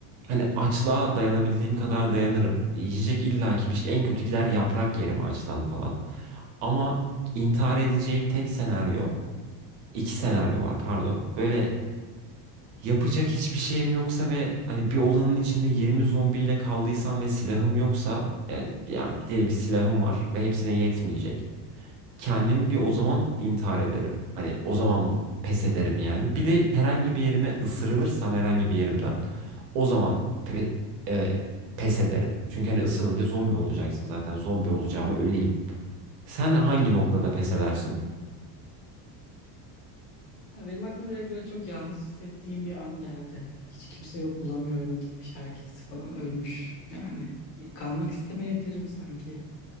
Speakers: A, on the right (about 85°); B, on the left (about 80°).
A: Hani açlığa dayanabildiğim kadar dayanırım. Yiyecek illaki bir şey. En kötü gider yaprak yerim ağaçtan falan. Ama intihar edeceğim tek senaryo, iki senaryo var pardon. Böyle yapacak hiçbir şeyim yoksa ve hani bir odanın içinde 20 zombiyle kaldıysam ve silahım yoksa yani, yani diyelim ki silahım var ve hepsine yetmeyecek kendimi bir o zaman intihar ederim. Hani o zaman pes ederim yani. Bir de herhangi bir yerime ısırılırsam herhangi bir yerimden o zaman pe- e, pes ederim. Çünkü hani ısırılınca zombi olacaksın zaten. Zombi olacağıma öleyim. Sen hangi noktada pes edersin?
B: Ya benim aklıma direkt böyle çok yalnız hissettiğim bir an geldi. Hani hiç kimse yok bulamıyorum gitmiş herkes falan ölmüş yani. Kalmak istemeyebilirim sanki.